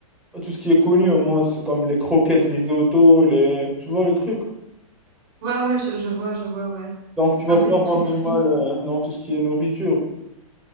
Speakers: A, in the centre; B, on the right (about 40°).
A: tout ce qui est connu au monde, c'est comme les croquettes risotto, les... tu vois le truc.
B: Ouais, ouais, je, je vois, je vois, ouais.
A: Donc tu vas
B: Un peu
A: pas
B: des
A: avoir
B: trucs
A: de
B: frits.
A: mal euh, dans tout ce qui est nourriture.